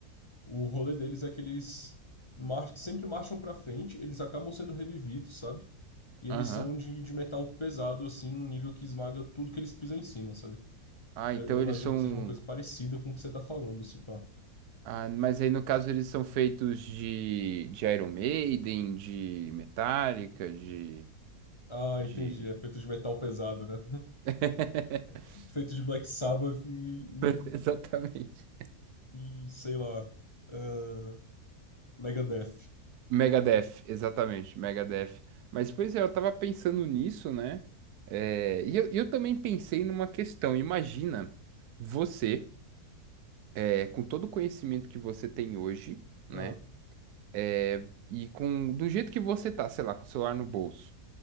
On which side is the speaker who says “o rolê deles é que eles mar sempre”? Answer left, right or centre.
Left